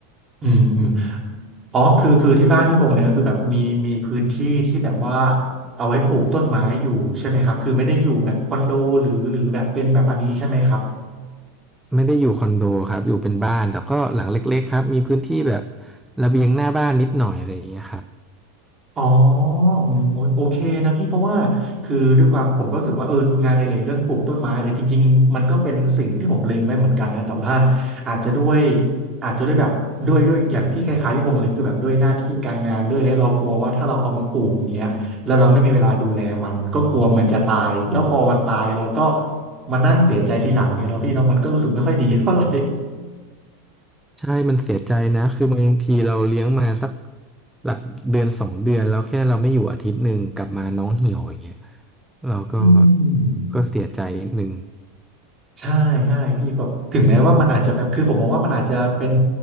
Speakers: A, on the right; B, in the centre.
A: อืมอืม
B: อืม
A: อ๋อคือคือที่บ้านพี่พงษ์เนี่ยก็คือแบบมีมีพื้นที่ที่แบบว่าเอาไว้ปลูกต้นไม้อยู่ใช่ไหมครับ คือไม่ได้อยู่แบบคอนโดหรือหรือแบบเป็นแบบอันนี้ใช่ไหมครับ
B: ไม่ได้อยู่คอนโดครับอยู่เป็นบ้านแต่ก็หลังเล็กๆครับมีพื้นที่แบบระเบียงหน้าบ้านนิดหน่อยอะไรอย่างเงี้ยครับ
A: อ๋ออืมโอโอเคนะพี่เพราะว่าคือด้วยความผมก็รู้สึกว่าเอองานในเหล็กเรื่องปลูกต้นไม้เนี่ยจริงๆมันก็เป็นสิ่งที่ผมเล็งไว้เหมือนกันนะแต่ว่าอาจจะด้วยอาจจะด้วยแบบด้วยด้วยอย่างที่คล้ายๆพี่พงษ์เลยคือแบบด้วยหน้าที่การงานด้วยและเรากลัวว่าถ้าเราเอามาปลูกอย่างเงี้ยแล้วเราไม่มีเวลาดูแลมันก็กลัวมันจะตายแล้วพอมันตายเราก็มานั่งเสียใจทีหลังเนี่ยเนาะพี่เนาะมันก็รู้สึกไม่ค่อยดีเท่าไหร่
B: ใช่มันเสียใจนะคือบางทีเราเลี้ยงมาสักหลักเดือนสองเดือนแล้วแค่เราไม่อยู่อาทิตย์หนึ่งกลับมาน้องเหี่ยวอย่างเงี้ยเราก็
A: อืม
B: ก็เสียใจนิดนึง
A: ใช่ใช่พี่แบบถึงแม้ว่ามันอาจจะแบบคือผมมองว่ามันอาจจะเป็น